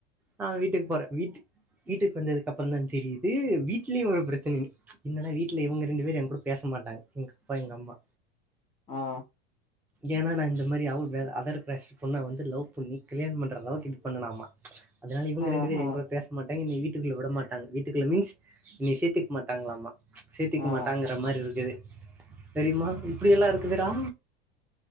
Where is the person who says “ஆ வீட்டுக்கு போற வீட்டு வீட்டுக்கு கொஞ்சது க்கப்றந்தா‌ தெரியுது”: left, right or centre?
Centre